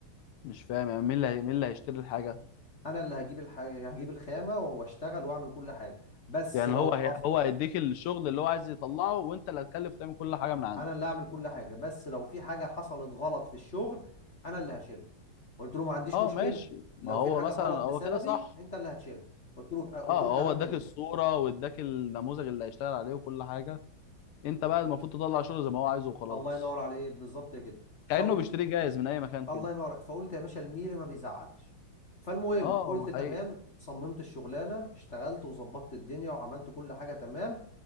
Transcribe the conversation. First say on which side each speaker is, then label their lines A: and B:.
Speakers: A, on the left; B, on the left.
A: مش فاهم يعني مين اللي هي- مين اللي هيشتري الحاجه
B: انا اللي هجيب الحاجه هجيب الخامه واشتغل واعمل كل حاجه بس
A: يعني
B: لو
A: هو
B: حصل
A: هي... هو هيديك الشغل اللي هو عايز يطلعه وانت اللي هتكلف تعمل كل حاجه من عندك
B: انا اللي هعمل كل حاجه بس لو في حاجه حصلت غلط في الشغل انا اللي هشيلها قلت له ما عنديش
A: اه
B: مشكله
A: ماشي ما
B: لو
A: هو
B: في حاجه
A: مثلا
B: غلط
A: هو
B: بسببي
A: كده صح
B: انت اللي هتشيلها قلت له قلت
A: اه
B: له كلام
A: هو اداك
B: جميل
A: الصورة واداك النموذج اللي هيشتغل عليه وكل حاجة انت بقى المفروض تطلع شغل زي ما هو عايزه وخلاص
B: الله ينور عليك بالظبط كده
A: كأنه
B: فقلت
A: بيشتريه جاهز من اي مكان كده
B: الله ينور فقلت يا باشا الميري ما بيزعلش فالمهم
A: اه
B: قلت
A: هو
B: تمام
A: حقيقي
B: صممت الشغلانه اشتغلت وظبطت الدنيا وعملت كل حاجه تمام